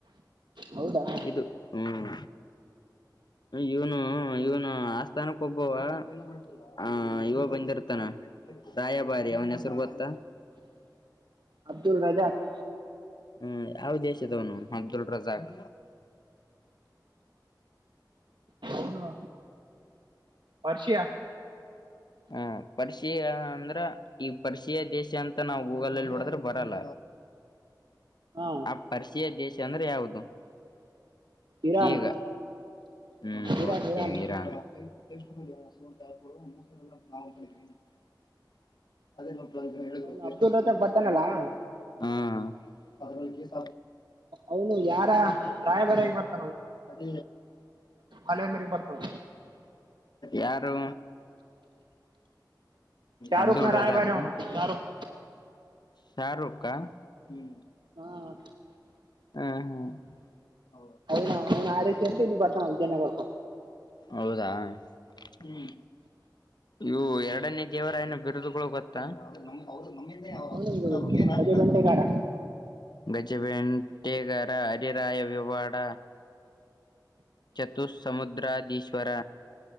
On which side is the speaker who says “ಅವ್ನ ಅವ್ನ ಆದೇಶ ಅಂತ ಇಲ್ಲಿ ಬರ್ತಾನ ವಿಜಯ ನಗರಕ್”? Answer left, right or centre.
Right